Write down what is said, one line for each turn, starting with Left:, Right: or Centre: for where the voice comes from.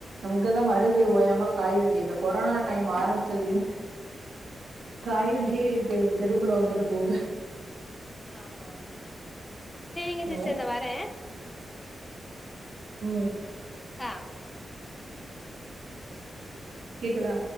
Right: இங்கதா மருதி ஓயாம காய் வண்டி இந்த கொரோனா டைம் ஆரம்பிச்சதுலிருந்து காய் வண்டியே இப்ப எங் தெருக்குள்ள வந்துட்டு போவ்து
Left: ஆமா செரிங்க
Right: ஹலோ
Left: சிஸ்டர் இந்தா வரே
Right: ம்
Left: ஆ
Right: கேக்குதா